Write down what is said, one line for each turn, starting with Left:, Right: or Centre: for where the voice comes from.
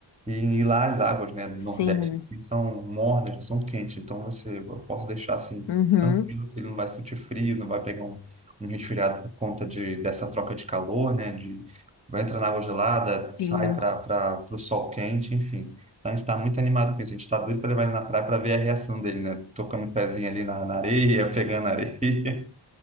Right: E, e lá as águas, né, do
Left: Sim.
Right: Nordeste, assim, são mornas, são quentes. Então, você, eu posso deixar, assim,
Left: Uhum.
Right: tranquilo, que ele não vai sentir frio, não vai pegar um, um resfriado por conta de, dessa troca de calor, né? De, vai entrar na água gelada, sai
Left: Sim.
Right: para o sol quente, enfim. A gente está muito animado com isso. A gente está doido para levar ele na praia para ver a reação dele, né? Tocando o pezinho ali na, na areia, <laughs> pegando areia.